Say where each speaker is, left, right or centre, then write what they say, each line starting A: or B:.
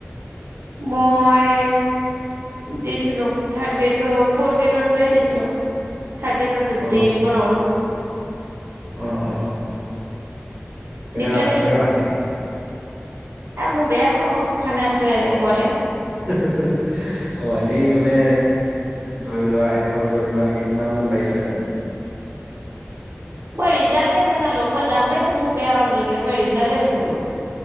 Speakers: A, on the right (about 80°); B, on the right (about 50°).
A: মই দিছিলোঁ থাৰ্ড গ্ৰেডৰ ফৰ্থ গ্ৰেডতোহে দিছিলোঁ। থাৰ্ড গ্ৰেডৰ
B: অ',
A: দিব নহলো।
B: অ অ কেনেুৱা,
A: দিছিলা নেকি
B: কেনেকুৱা
A: তুমি
B: হৈছিল?
A: এ মোৰ বেয়া হ'ল আকৌ, সেইকাৰণে আছো ইৰে ঘৰতে।
B: অ এনেই মানে ধৰি লোৱা এশ ভিতৰত কিমান কিমান মান পাই <unintelligible>
A: মই ৰিজাল্টে নাচালো মই জানোৱেই যে মোৰ বেয়া হ'ল বুলি কি মই ৰিজাল্টেই নাচালো।